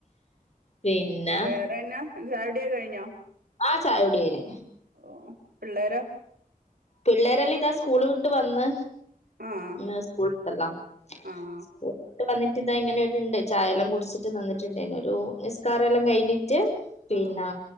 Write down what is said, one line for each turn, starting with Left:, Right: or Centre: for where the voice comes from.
Left: പിന്നെ
Right: വേറെന്നാ? അൻ്റെ ചായുട്യൊക്കെ കഴിഞ്ഞോ?
Left: ആഹ് ചായ കുടി കയ്ന്.
Right: ഓഹ്. പിള്ളേരോ?
Left: പിള്ളേരെല്ലാം ഇതാ സ്കൂള് വിട്ട് വന്ന്
Right: ആഹ്
Left: ഇന്ന് സ്കൂൾ <unintelligible> ല്ലാം
Right: ആഹ്
Left: സ്കൂൾ ട്ട് വന്നിട്ട്താ ഇങ്ങനെടെണ്ട്. ചായയെല്ലാം കുടിച്ചിട്ട് നിന്നിട്ട്ണ്ടായ്നൊരു നിസ്കാരം എല്ലാം കഴിഞ്ഞിട്ട് പിന്നാ
Right: ആഹ്